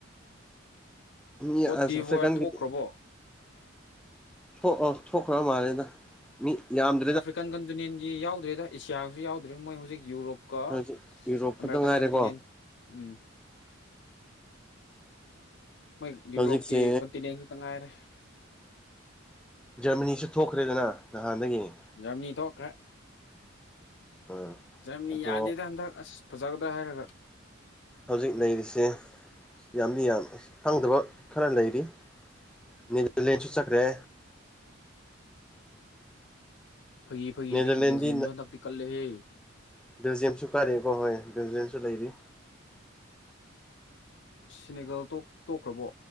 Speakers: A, in the centre; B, on the left (about 60°).
A: ꯃꯤ
B: ꯀꯣꯠ
A: ꯑꯁ
B: ꯗꯤꯚꯣꯔ
A: ꯑꯐ꯭ꯔꯀꯥꯥꯟ
B: ꯊꯣꯛꯈ꯭ꯔꯕꯣ
A: ꯀꯦ ꯊꯣꯛ ꯑꯣ ꯊꯣꯛꯈ꯭ꯔꯕ ꯃꯥꯜꯂꯦꯗ꯫ ꯃꯤ ꯌꯥꯝ
B: ꯑꯐ꯭ꯔꯤꯀꯥꯟ ꯀꯟꯇꯨꯅꯌꯟꯒꯤ ꯌꯥꯎꯗ꯭ꯔꯦꯗ ꯑꯦꯁꯤꯌꯥꯁꯨ ꯌꯥꯎꯗ꯭ꯔꯦ ꯃꯣꯏ ꯍꯧꯖꯤꯛ ꯌꯨꯔꯣꯞ ꯀꯣ
A: ꯍꯧꯖꯤꯛ ꯌꯨꯔꯣꯞ ꯈꯛꯇ
B: ꯑꯃꯦꯔꯤꯀꯟ
A: ꯉꯥꯏꯔꯦꯀꯣ
B: ꯀꯟꯇꯅꯦꯟ ꯎꯝ ꯃꯣꯏ ꯌꯨꯔꯣꯞꯀꯤ
A: ꯍꯧꯖꯤꯛꯁꯦ
B: ꯀꯣꯟꯇꯤꯅ ꯇ ꯉꯥꯏꯔꯦ
A: ꯖꯔꯃꯅꯤꯁꯨ ꯊꯣꯛꯈ꯭ꯔꯦꯗꯅ ꯅꯍꯥꯟꯗꯒꯤ ꯌꯦꯡꯉꯤ
B: ꯖꯔꯃꯅꯤ ꯊꯣꯛꯈ꯭ꯔꯦ꯫
A: ꯎꯝ꯫
B: ꯖꯔꯃꯅꯤ
A: ꯑꯗꯣ
B: ꯌꯥꯗꯦꯗ ꯍꯟꯗꯛ ꯑꯁ ꯐꯖꯒꯗ꯭ꯔ ꯍꯥꯏꯔꯒ
A: ꯍꯧꯖꯤꯛ ꯂꯩꯔꯤꯁꯦ ꯌꯥꯝꯗꯤ ꯌꯥꯝ ꯈꯪꯗꯕ ꯈꯔ ꯂꯩꯔꯤ ꯅꯦꯗꯔꯂꯦꯟꯁꯨ ꯆꯠꯈ꯭ꯔꯦ꯫
B: ꯐꯥꯒꯤ ꯐꯥꯒꯤꯗꯒꯤ
A: ꯅꯦꯗꯔꯂꯦꯟꯗꯤ
B: ꯕꯦꯜꯖꯤꯌꯝꯁꯨ ꯍꯟꯗꯛꯇꯤ ꯀꯜꯂꯦꯍꯦ
A: ꯕꯦꯜꯖꯤꯌꯝꯁꯨ ꯀꯥꯔꯦꯀꯣ ꯍꯣꯏ ꯕꯦꯜꯖꯤꯌꯝꯁꯨ ꯂꯩꯔꯤ꯫
B: ꯁꯤꯅꯤꯒꯜ ꯇꯣꯛ ꯇꯣꯛꯈ꯭ꯔꯕꯣ꯫